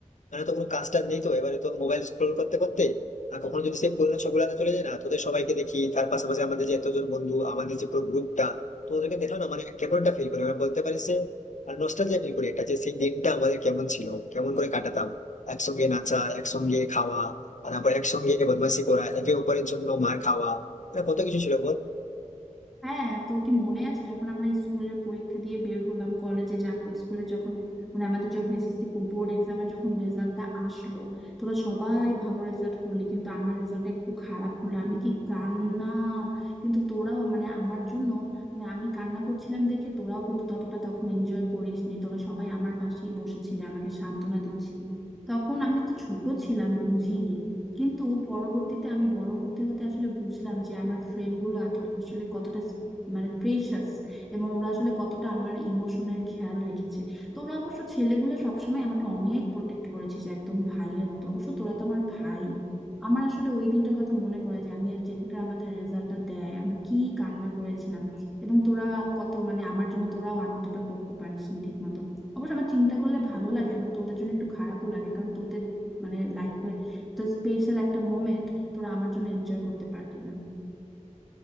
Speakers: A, on the left (about 65°); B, in the centre.
A: মানে তো কোনো কাজ টাজ নেই তো এবারে তো মোবাইল স্ক্রোল করতে করতে আর কখনো যদি সেই পুরোনো ছবিগুলোতে চলে যায় না তোদের সবাইকে দেখি তার পাশাপাশি আমাদের যে এতজন বন্ধু আমাদের যে পুরো গ্রুপটা তো ওদেরকে দেখো না মানে কেমন একটা ফিল করে মানে বলতে পারিস যে আর নস্টালজিয়া ফিল করি একটা যে সেই দিনটা আমাদের কেমন ছিল কেমন করে কাটাতাম একসঙ্গে নাচা একসঙ্গে খাওয়া আর তারপর একসঙ্গে বদমাশি করা একে অপরের জন্য মার খাওয়া মানে কত কিছু ছিল বল
B: হ্যাঁ তোর কি মনে আছে যখন আমরা স্কুলের পরীক্ষা দিয়ে বের হলাম কলেজে যাব স্কুলে যখন মানে আমাদের যখন এসএসসি বোর্ড এক্সামের যখন রেজাল্টটা আসলো তোরা সবাই ভালো রেজাল্ট করলি কিন্তু আমার রেজাল্টটা একটু খারাপ হলো আমি কি কান্না কিন্তু তোরাও মানে আমার জন্য মানে আমি কান্না করছিলাম দেখে তোরাও কিন্তু ততটা তখন এনজয় করিসনি তোরা সবাই আমার পাশেই বসেছিলি আমাকে সান্ত্বনা দিচ্ছিলি তখন আমি তো ছোট ছিলাম বুঝিনি কিন্তু পরবর্তীতে আমি বড় হতে হতে আসলে বুঝলাম যে আমার ফ্রেন্ড গুলো এত- আসলে কতটা মানে প্রেশাস এবং ওরা আসলে কতটা আমার ইমোশনের খেয়াল রেখেছে তো ওরা অবশ্য ছেলেগুলো সবসময় আমাকে অনেক প্রোটেক্ট করেছে যে একদম ভাইয়ের মতো অবশ্য তোরা তো আমার ভাই আমার আসলে ওই দিনটার কথা মনে পড়ে যে আমি আর যেদিনকার আমাদের রেজাল্টটা দেয় আমি কি কান্না করেছিলাম এবং তোরা কত মানে আমার জন্য তোরাও আনন্দটা করতে পারিসনি ঠিক মতো অবশ্য আমার চিন্তা করলে ভালো লাগে আবার তোদের জন্য একটু খারাপও লাগে কারণ তোদের মানে লাইফের তো স্পেশাল একটা মোমেন্ট তোরা আমার জন্য এনজয় করতে পারলি না